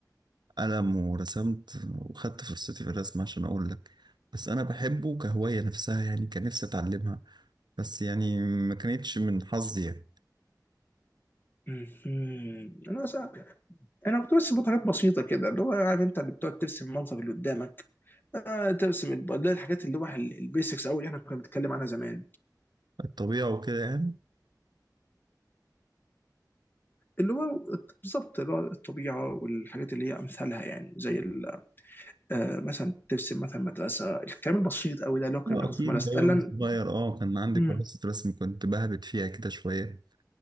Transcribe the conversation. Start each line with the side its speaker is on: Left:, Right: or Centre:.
Right: قلم ورسمت وخدت فرصتي في الرسم عشان اقول لك بس انا بحبه كهواية نفسها يعني كان نفسي اتعلمها بس يعني ما كانتش من حظي يعني
Left: مهم. انا صعب انا كنت بس بحط حاجات بسيطه كده اللي هو عارف انت اللي بتقعد ترسم المنظر اللي قدامك آه ترسم الب- اللي هي الحاجات اللي هو البيسكس او اللي احنا كنا بنتكلم عنها زمان
Right: الطبيعة وكده يعني
Left: اللي هو بالظبط اللي هو الطبيعه والحاجات اللي هي امثالها يعني زي ال- آه مثلا ترسم مثلا مدرسه الكلام البسيط قوي ده اللي هو كنا
Right: واكيد
Left: بناخده في المدرسه
Right: ده
Left: فعلا
Right: وأنا صغير اه كان عندي
Left: مم.
Right: كراسة رسم كنت بهبت فيها كده شوية